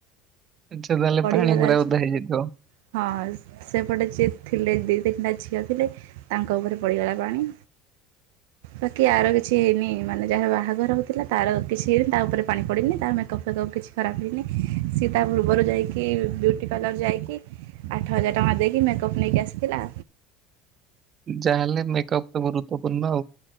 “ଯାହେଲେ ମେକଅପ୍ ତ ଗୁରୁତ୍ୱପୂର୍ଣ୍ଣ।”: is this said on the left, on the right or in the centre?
Right